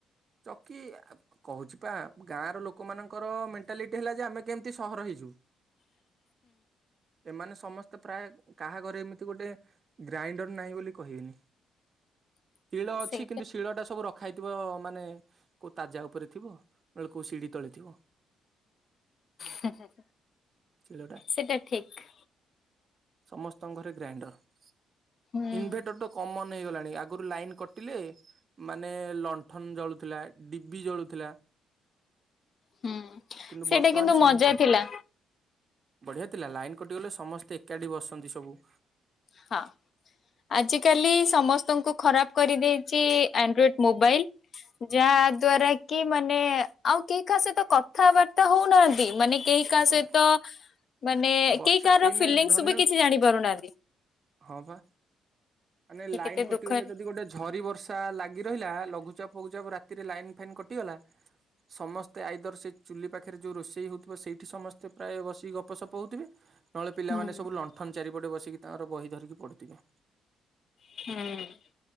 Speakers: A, on the right (about 40°); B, on the left (about 50°).
A: ଚକି ଆ କହୁଚି ପା ଗାଁ ର ଲୋକମାନଙ୍କର ମେଣ୍ଟାଲିଟି ହେଲା ଯେ ଆମେ କେମିତି ସହର ହେଇଯିବୁ।
B: <unintelligible>
A: ମାନେ ସମସ୍ତେ ପ୍ରାୟ କାହା ଘରେ ଏମିତି ଗୋଟେ ଗ୍ରାଇଣ୍ଡର ନାହିଁ ବୋଲି କହିବିନି।
B: <unintelligible>
A: ଶିଳ ଅଛି
B: ସେଇଟା
A: କିନ୍ତୁ ଶିଳ ଟା ସବୁ ରଖାହେଇଥିବ ମାନେ କୋଉ ତାଜା ଉପରେ ଥିବ ନହେଲେ କୋଉ ସିଢି ତଳେ ଥିବ।
B: ହୁଁ ହୁଁ
A: ଶିଳଟା
B: ସେଟା ଠିକ୍।
A: ସମସ୍ତଙ୍କ ଘରେ ଗ୍ରାଇଣ୍ଡର
B: ହୁଁ
A: ଇନଭେଟର ତ କମନ ହେଇଗଲାଣି ଆ ଆଗରୁ ଲାଇନ କଟିଲେ ମାନେ ଲଣ୍ଠନ ଜଳୁଥିଲା ଡିବି ଜଳୁଥିଲା।
B: ହୁଁ
A: କିନ୍ତୁ
B: ସେଇଟା
A: ବର୍ତ୍ତମାନ ସମ
B: ମଜା ଥିଲା
A: ବଢିଆ ଥିଲା ଲାଇନ କଟିଗଲେ ସମସ୍ତେ ଏକାଠି ବସନ୍ତି ସବୁ
B: ହଁ। ଆଜିକାଲି ସମସ୍ତଙ୍କୁ ଖରାପ କରିଦେଇଛି ଆଣ୍ଡ୍ରଏଡ୍ ମୋବାଇଲି। ଯାହା ଦ୍ଵାରା କି ମାନେ ଆଉ କେହି କାହା ସହିତ କଥାବାର୍ତ୍ତା ହଉନାହାନ୍ତି ମାନେ କେହି
A: ହଁ
B: କାହା
A: ପା
B: ସହିତ ମାନେ
A: ବର୍ଷା
B: କେହି କାହାର
A: ଏଇନେ
B: ଫିଲିଙ୍ଗ୍ସ
A: ଧନ୍ୟ
B: ବି କିଛି ଜାଣି ପାରୁନାହାନ୍ତି।
A: ହଁ ପା, ମାନେ
B: କି
A: ଲାଇନ୍
B: କେତେ
A: କଟିଗଲେ
B: ଦୁଃଖରେ
A: ଯଦି ଗୋଟେ ଝରି ବର୍ଷା ଷା ଲାଗି ରହିଲା, ଲଘୁଚାପ ଫଘୁଚାପ ରାତିରେ ଲାଇନ୍ ଫାଇନ୍ କଟିଗଲା, ସମସ୍ତ ତେ ଆଇଦର ସେ ଚୁଲି ପାଖରେ ଯୋଉ ରୋଷେଇ ହଉଥିବ ସେଇଠି ସମସ୍ତେ ପ୍ରାୟ ବସିକି ଗପ ସପ ହଉଥିବେ। ନହେଲେ ପିଲାମାନେ
B: ହୁଁ ହୁଁ।
A: ସବୁ ଲଣ୍ଠନ ଚାରିପଟେ ବସିକି ତାଙ୍କର ବହି ଧରିକି ପଢୁଥିବେ।
B: ହୁଁ।